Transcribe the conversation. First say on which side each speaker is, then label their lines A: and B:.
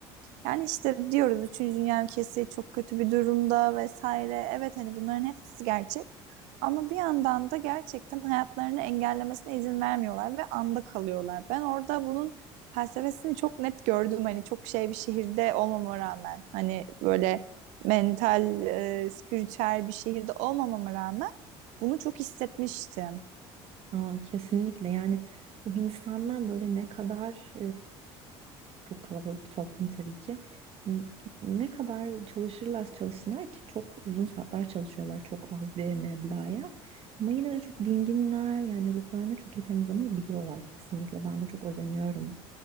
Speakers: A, on the right; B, on the right.
A: yani işte diyoruz üçüncü Dünya ülkesi çok kötü bir durumda vesaire. Evet hani bunların hepsi gerçek ama bir yandan da gerçekten hayatlarını engellemesine izin vermiyorlar ve anda kalıyorlar. Ben orada bunun felsefesini çok net gördüm hani çok şey bir şehirde olmama rağmen hani böyle mental, e, spiritüel bir şehirde olmamama rağmen bunu çok hissetmiştim.
B: Aa, kesinlikle yani bu Hindistanlar böyle ne kadar Çok kalabalık bir toplum tabii ki. N- Ne kadar çalışırlarsa çalışsınlar ki çok uzun saatler çalışıyorlar çok az bir meblağa. Ama yine de çok dinginler yani ruhlarını çok iyi temizlemeyi biliyorlar kesinlikle. Ben de çok özeniyorum